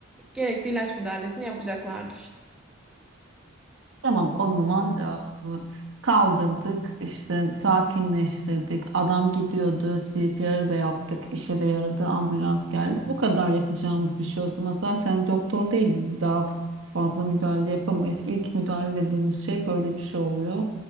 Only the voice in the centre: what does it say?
gerekli ilaç müdahalesini yapacaklardır.